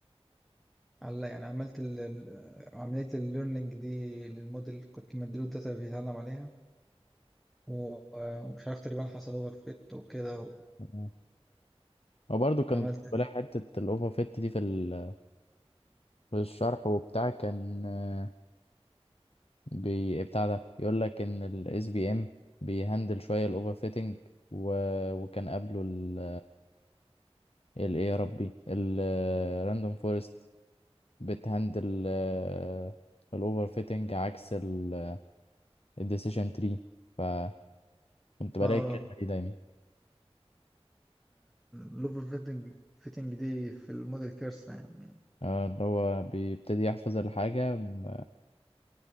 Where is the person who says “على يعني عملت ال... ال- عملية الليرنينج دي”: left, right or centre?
Centre